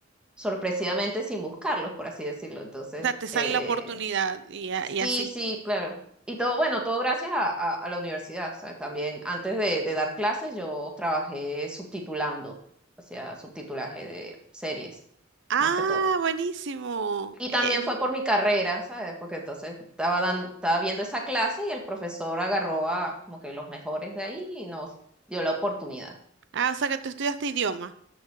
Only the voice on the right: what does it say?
O sea, te sale
la oportunidad y, a-
y así.
Ah,
buenísimo.
Eh,
ah, o sea que tú estudiaste idioma.